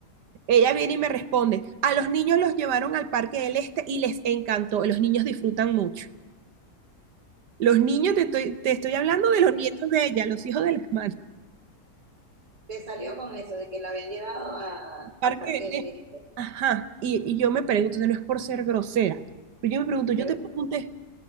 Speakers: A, on the right; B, on the right.
A: Ella viene y me responde, a los niños los llevaron al Parque del Este y les encantó, los niños disfrutan mucho. Los niños, te estoy, te estoy hablando de
B: ¿A
A: los
B: qué
A: nietos
B: niño?
A: de ella, los hijos del hermano,
B: Te salió con eso de que la habían llevado a-
A: Parque
B: al parque
A: del
B: del
A: Este.
B: este.
A: Ajá, y, y yo me pregunto, no es por ser grosera, pero yo me pregunto, yo
B: Pero
A: te pregunté,
B: <laughs>